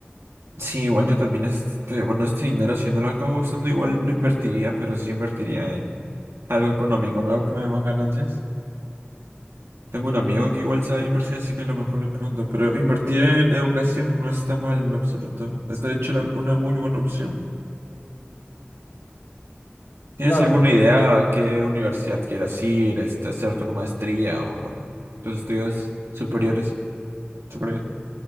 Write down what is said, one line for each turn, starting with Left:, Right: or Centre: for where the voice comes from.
Right: Sí, igual yo también este, bueno, este dinero si no lo acabo usando, igual lo invertiría, pero sí invertiría en algo económico, no algo que me dé más ganancias. Tengo un amigo
Left: Como,
Right: que igual sabe inversión, así que a lo mejor le pronto, pero invertir en educación no está mal en lo absoluto. Es de hecho la- una muy buena opción. ¿Tienes
Left: claro,
Right: alguna
Left: porque
Right: idea a qué universidad quieras ir, este, hacer tu maestría o bueno, tus estudios superiores? Superiores.